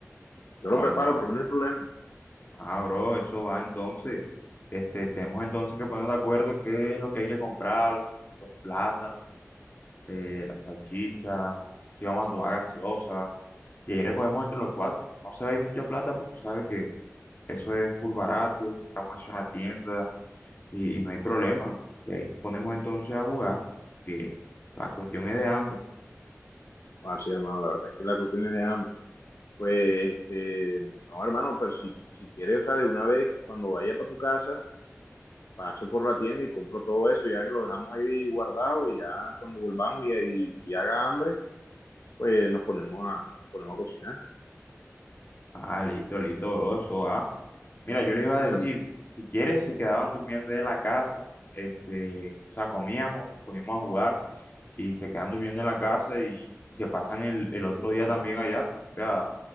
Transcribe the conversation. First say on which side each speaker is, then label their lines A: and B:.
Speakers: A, on the left; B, on the left.
A: Yo
B: Ah,
A: lo preparo,
B: bro,
A: para mí no hay problema.
B: ah, bro, eso va entonces. Este, tenemos entonces que ponernos de acuerdo qué es lo que hay que comprar, los plátanos, eh, la salchicha, si vamos a tomar gaseosa. Y ahí recogemos entre los cuatro. No se va a ir mucha plata porque sabes que eso es full barato, compramos eso en la tienda y, y no hay problema. Y ahí nos ponemos entonces a jugar, que la cuestión es de hambre.
A: Así, hermano, la verdad es que la cuestión es de hambre. Pues, este, no, hermano, pero si, si quieres, o sea, de una vez, cuando vaya para tu casa, paso por la tienda y compro todo eso, ya que lo dejamos ahí guardado y ya cuando volvamos y, y, y haga hambre, pues nos ponemos a, ponemos a cocinar.
B: Ah, listo, listo, bro, eso, ah. Mira, yo le iba a decir,
A: Herm-
B: si, si quieres, se quedaban durmiendo ahí en la casa, este, o sea, comíamos, poníamos a jugar y se quedan durmiendo en la casa y, y se pasan el, el otro día también allá. O sea,